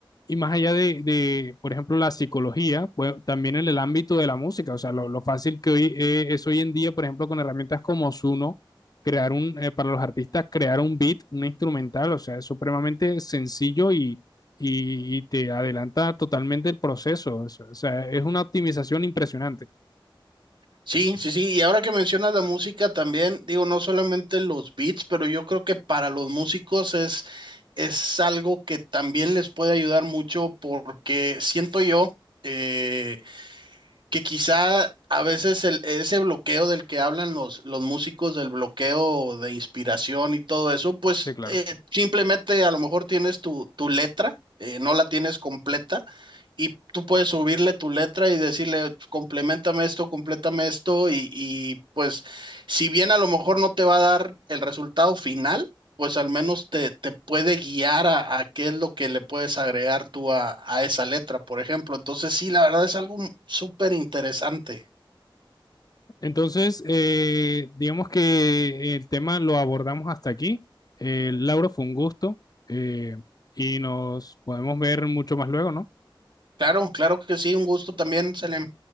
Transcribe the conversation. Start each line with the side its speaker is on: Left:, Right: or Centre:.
Left: Y más allá de, de, por ejemplo, la psicología, pues también en el ámbito de la música, o sea, lo, lo fácil que hoy eh, es hoy en día, por ejemplo, con herramientas como Zuno, crear un, eh, para los artistas, crear un beat, un instrumental, o sea, es supremamente sencillo y, y, y te adelanta totalmente el proceso, o sea, es una optimización impresionante.
Right: Sí, sí, sí, y ahora que mencionas la música también, digo, no solamente los beats, pero yo creo que para los músicos es, es algo que también les puede ayudar mucho porque siento yo eh, que quizá a veces el- ese bloqueo del que hablan los, los músicos, del bloqueo de inspiración y todo eso, pues
Left: Sí, claro.
Right: eh, simplemente a lo mejor tienes tu, tu letra, eh, no la tienes completa, y tú puedes subirle tu letra y decirle, "Pues, complementame esto, complétame esto, y, y pues si bien a lo mejor no te va a dar el resultado final, pues al menos te, te puede guiar a, a qué es lo que le puedes agregar tú a, a esa letra, por ejemplo. Entonces, sí, la verdad es algo m- súper interesante.
Left: Entonces, eh, digamos que el tema lo abordamos hasta aquí. Eh, Lauro, fue un gusto eh, y nos podemos ver mucho más luego, ¿no?
Right: Claro, claro que sí, un gusto también, Selem.